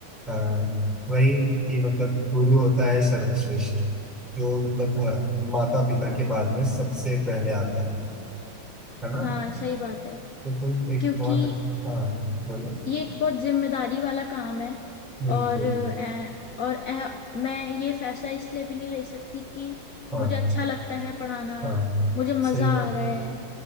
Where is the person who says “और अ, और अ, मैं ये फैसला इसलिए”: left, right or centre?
Left